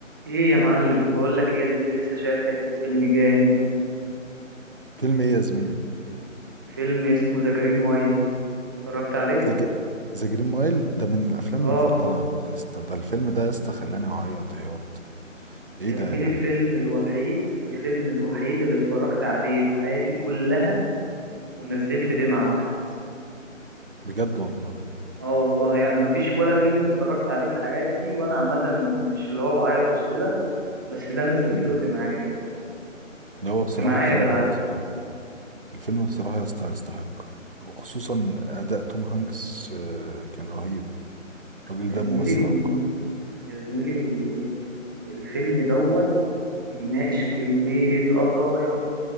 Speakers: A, on the right (about 15°); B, on the right (about 45°).
A: ايه يا معلم بقول لك ايه يا زميلي لسه شايف حتة فيلم جامد
B: فيلم ايه يا زميلي
A: فيلم اسمه ذا جرين مايل اتفرجت عليه
B: ذا ج- ذا جرين مايل ده من الافلام
A: اه
B: المفضله عندي يا اسطى ده الفيلم ده يا اسطى خلاني اعيط عياط ايه
A: يا
B: ده
A: زميلي
B: يا
A: الفيلم
B: جدع
A: الوحيد الفيلم الوحيد اللي اتفرجت عليه في حياتي كلها ونزلت دمعة واحدة بس
B: بجد والله
A: اه والله انا مفيش ولا فيلم اتفرجت عليه في حياتي وانا عامة مش اللي هو بعيط بسهولة بس ده نزلت
B: مم.
A: له دمعاية كده
B: لا هو بصراحه
A: دمعاية
B: الفيلم
A: بالعدد
B: يا اسطى الفيلم بصراحه يا اسطى يستحق وخصوصا اداء توم هانكس آه، كان رهيب الراجل
A: يا
B: ده
A: زميلي
B: ممثل عبقري
A: يا زميلي الفيلم دوت بيناقش كمية قضايا